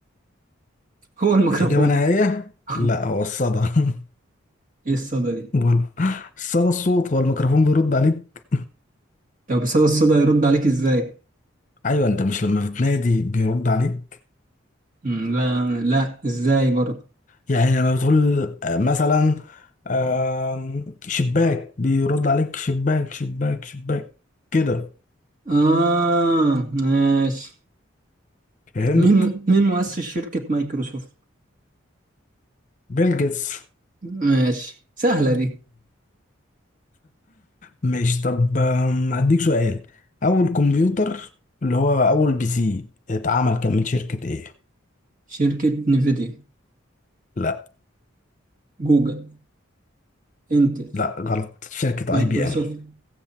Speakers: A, on the right (about 40°); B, on the left (about 35°).
A: هو الميكروفون
B: إجابة نهائية
A: <laughs>
B: لا هو الصدى <laughs>
A: ايه الصدى دي
B: غلط. الصدى الصوت هو الميكروفون بيرد عليك
A: طب صدى الصدى يرد عليك ازاي
B: ايوه انت مش لما بتنادي بيرد عليك
A: مم، لا لا ازاي برضه
B: يعني لما بتقول آه، مثلا آم، شباك بيرد عليك شباك شباك شباك كده
A: اه ماشي
B: فهمت
A: مين مين مؤسس شركة مايكروسوفت؟
B: بيل جيتس
A: ماشي سهلة دي
B: ماشي طب أم، هديك سؤال اول كمبيوتر اللي هو اول بي سي اتعمل كان من شركة ايه
A: شركة نيفيديا
B: لا
A: جوجل انتل
B: لا غلط شركة
A: مايكروسوفت
B: اي بي ام <clears throat>